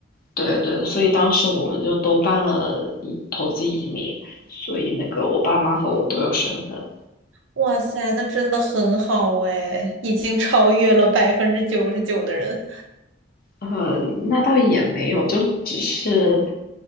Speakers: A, on the left (about 50°); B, on the right (about 70°).
A: 对对所以当时我们就都办了移投资移民，所以那个我爸妈和我都有身份。
B: 哇塞，那真的很好哎，已经超越了百分之九十九的人。
A: 呃，那倒也没有，就只是，